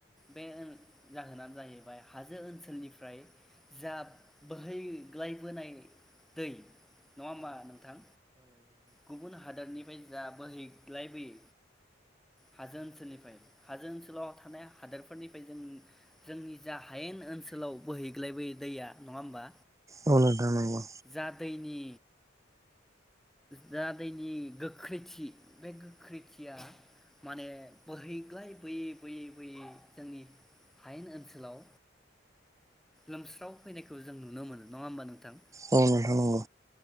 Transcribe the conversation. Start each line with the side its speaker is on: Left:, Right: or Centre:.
Centre: बे जाहोनानो जाहैबाय हाजो ओनसोलनिफ्राय जा बोहैग्लायबोनाय दै नङा होमबा नोंथां गुबुन हादोरनिफ्राय जा बोहैग्लायबोयो हाजो ओनसोलनिफ्राय हाजो ओनसोलाव थानाय हादोरफोरनिफ्राय जों जोंनि जा हायेन ओनसोलाव बोहैग्लायबोयो दैया नङा होमबा
Right: औ नोंथां औ नंगौ
Centre: जा दैनि द दैनि गोख्रैथि बे गोख्रैथिया माने बोहैग्लाय बोयै बोयै बोयै जोंनि हायेन ओनसोलाव लोमस्राव फैनायखौ जों नुनो मोनो नङा होमबा नोंथां?
Right: औ नोंथां नंगौ